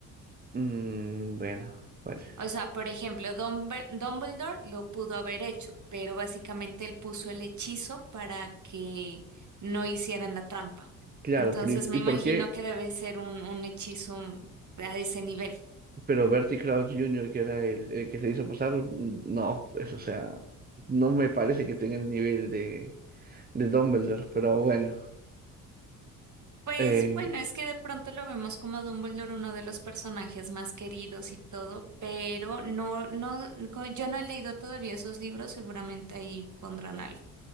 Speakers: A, on the right; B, on the right.
A: Mm, bueno, vale.
B: O sea, por ejemplo, Dumber- Dumbledore lo pudo haber hecho, pero básicamente él puso el hechizo para que no hicieran la trampa.
A: Claro,
B: Entonces
A: pero ¿y,
B: me
A: y
B: imagino
A: por qué?
B: que debe ser un, un hechizo a ese nivel.
A: Pero Bertie Krause Jr., que era el, el que se hizo pasar, mm, no, pues, o sea, no me parece que tenga el nivel de, de Dumbledore, pero bueno.
B: Pues
A: Eh,
B: bueno, es que de pronto lo vemos como Dumbledore, uno de los personajes más queridos y todo, pero no, no, co- yo no he leído todavía esos libros, seguramente ahí pondrán algo